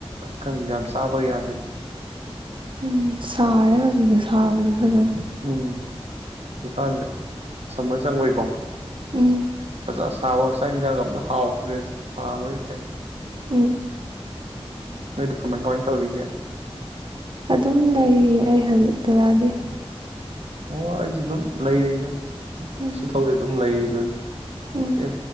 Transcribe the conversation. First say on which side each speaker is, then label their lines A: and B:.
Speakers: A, on the right; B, on the right.
A: ꯑꯈꯪ ꯌꯥꯝ ꯆꯥꯕ ꯌꯥꯗꯦꯗ
B: ꯎꯝ ꯁꯥꯔꯦ ꯍꯧꯖꯤꯒꯦ ꯁꯥꯕꯗꯤ ꯐꯖꯅ
A: ꯎꯝ ꯗꯨꯀꯥꯟꯗ ꯁꯝꯃꯔ ꯆꯪꯕꯏꯀꯣ
B: ꯎꯝ
A: ꯐꯖ ꯁꯥꯕ ꯆ ꯆꯥꯛ ꯌꯦꯟꯁꯥꯡ ꯑꯞꯅ ꯍꯥꯎ ꯍꯥꯕ ꯀ
B: ꯎꯝ
A: ꯅꯣꯏꯗꯤ ꯀꯃꯥꯏ ꯀꯃꯥꯏ ꯇꯧꯔꯤꯒꯦ
B: ꯑꯗꯨꯝ ꯂꯩꯔꯤ ꯑꯩ ꯍꯧꯖꯤꯛꯛꯇꯖꯗꯤ
A: ꯑꯣ ꯑꯩꯁꯨ ꯑꯗꯨꯝ ꯂꯩꯔꯤꯗ
B: ꯎꯝ
A: ꯏꯐꯥꯎꯗꯤ ꯑꯗꯨꯝ ꯂꯩꯔꯤꯗꯣꯏꯅꯤ
B: ꯎꯝ
A: ꯑꯦ